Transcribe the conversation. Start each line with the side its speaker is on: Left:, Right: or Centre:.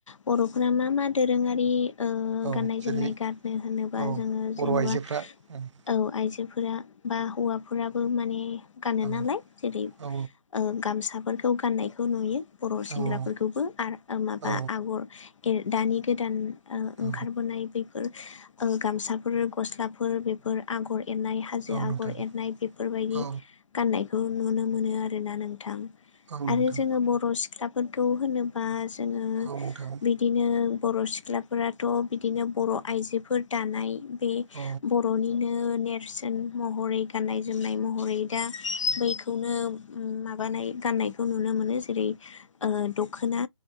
Left: बर' मा मा दोरोङारि ओ
Right: औ
Left: गाननाय
Right: जेरै
Left: जोमनाय गारनो होनोबा
Right: औ
Left: जोङो
Right: बर'
Left: जेनेबा
Right: आइजोफ्रा
Left: औ
Right: ओं
Left: आइजोफोरा बा हौवाफोराबो माने गानो
Right: औ
Left: नालाय जेरै
Right: औ
Left: ओ गामसाफोरखौ गाननायखौ नुयो बर' सेंग्राफोरखौबो
Right: औ
Left: आरो माबा
Right: औ
Left: आगर दानि गोदान आ
Right: औ
Left: ओंखारबोनाय बेफोर गामसाफोर गस्लाफोर बेफोर आगर एरनाय हाजो
Right: औ
Left: आगर
Right: नोंथां
Left: एरनाय बेफोरबायदि
Right: औ
Left: गाननाय ब खौ नुनो मोनो आरोना नोंथां
Right: औ नोंथां
Left: आरो जोङो बर' सिख्लाफोरखौ होनोबा जोङो
Right: औ नोंथां
Left: बिदिनो बर' सिख्लाफोराथ' बिदिनो बर' आइजोफोर दानाय बे
Right: औ
Left: बर'निनो नों नेरसोन महरै गाननाय जोमनाय महरै दा बैखौ खौनो माबानाय गाननायखौ नुनो मोनो जेरै ओ दख'ना